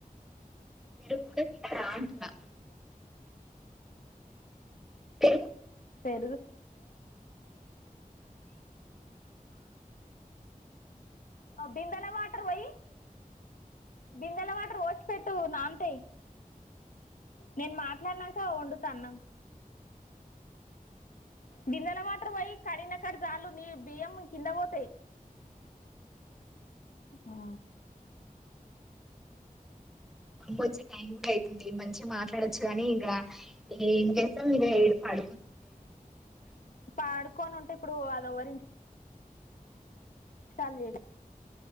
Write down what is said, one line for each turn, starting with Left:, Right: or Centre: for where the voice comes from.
Centre: పెరుగు కూడా తినార అంటున్నా ఇ
Left: పెరుగు ఆ బిందల వాటర్ పొయ్యి బిందెల వాటర్ పొసి పెట్టు నాన్ తయ్ నేను మాట్లాడినంకా వండుత అన్నం బిందెల వాటర్ పోయి కడినకాడికి చాలు నీ బియ్యం కింద పోతయ్ ఆ
Centre: అమ్మ వచ్చే టైం కూడా అవుతుంది మంచిగా మాట్లాడొచ్చు గాని ఇంగ ఏం చేస్తాము ఇడా పడుకునన్నా డు
Left: పండుకొని ఉంటే ఇప్పుడు అది ఎవరింట్లో సరి చెయ్